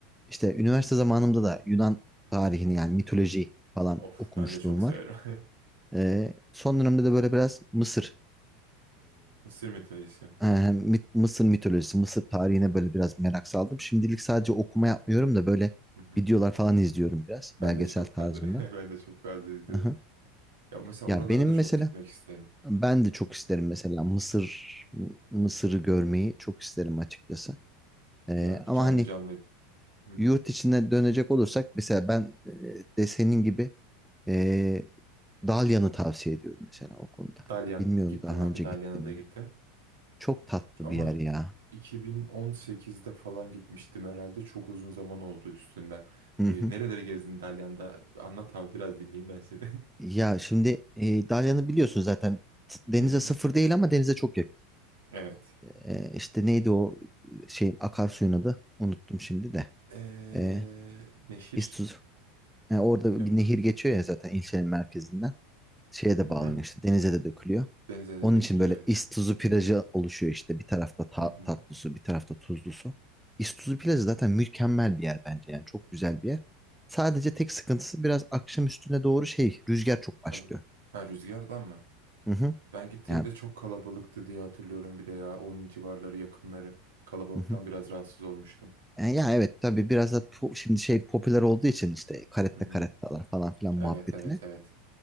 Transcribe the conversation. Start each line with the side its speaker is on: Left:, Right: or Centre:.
Centre: işte üniversite zamanımda da Yunan tarihini yani mitoloji falan
Right: Of
Centre: okumuşluğum
Right: ben de çok severim.
Centre: var.
Right: <laughs>
Centre: E, son dönemde de böyle biraz Mısır
Right: Mısır mitolojisi.
Centre: Ee, mit- Mısır mitolojisi, Mısır tarihine böyle biraz merak saldım. Şimdilik sadece okuma yapmıyorum da böyle
Right: Hı hı.
Centre: videolar falan izliyorum biraz belgesel
Right: Ben de çok
Centre: tarzında.
Right: fazla <laughs> ben de çok fazla izliyorum.
Centre: Aha.
Right: Ya mesela
Centre: Ya
Right: oralara
Centre: benim
Right: da çok
Centre: mesela
Right: gitmek isterim.
Centre: ben de çok isterim mesela Mısır M- Mısır'ı görmeyi çok isterim açıkçası. Ee,
Right: Ya bir
Centre: ama
Right: canlı
Centre: hani
Right: canlı. Hı hı.
Centre: yurt içine dönecek olursak mesela ben e, de senin gibi e, Dalyan'ı tavsiye ediyorum mesela o konuda.
Right: Dalyan
Centre: Bilmiyorum
Right: gittim
Centre: daha
Right: abi.
Centre: önce
Right: Dalyan'a
Centre: gittin
Right: da
Centre: mi?
Right: gittim.
Centre: Çok tatlı
Right: Ama
Centre: bir yer ya.
Right: 2018'de falan gitmiştim herhalde. Çok uzun zaman oldu üstünden.
Centre: Hı
Right: E,
Centre: hı.
Right: nereleri gezdin Dalyan'da? Anlat abi biraz dinleyeyim ben seni. <laughs>
Centre: Ya şimdi e, Dalyan'ı biliyorsun zaten S- denize
Right: Hı hı.
Centre: sıfır değil ama denize çok yakın.
Right: Evet.
Centre: E, işte neydi o e, şeyin akarsuyun adı? Unuttum şimdi de.
Right: Ee,
Centre: E,
Right: neşir
Centre: İstuz. E, orada
Right: yok.
Centre: bir nehir geçiyor ya zaten ilçenin merkezinden. Şeye de
Right: Hı hı.
Centre: bağlanıyor işte denize de dökülüyor.
Right: Denize de
Centre: Onun
Right: dökülüyor
Centre: için böyle
Right: evet.
Centre: İstuzu plajı oluşuyor işte bir tarafta ta-
Right: Hı hı.
Centre: tatlı su bir tarafta tuzlu su. İstuzu plajı zaten mükemmel bir yer bence yani çok güzel bir yer. Sadece tek sıkıntısı biraz akşam üstüne doğru şey rüzgar çok başlıyor.
Right: Kal- ha, rüzgardan mı?
Centre: Hı hı.
Right: Ben gittiğimde
Centre: Yani
Right: çok kalabalıktı diye hatırlıyorum bir de ya. Onun civarları yakınları. Kalabalıktan
Centre: hı hı.
Right: biraz rahatsız olmuştum.
Centre: E, ya evet tabii biraz da po- şimdi şey popüler olduğu için işte karette
Right: Hı hı.
Centre: karettalar falan filan muhabbetine.
Right: Evet evet evet.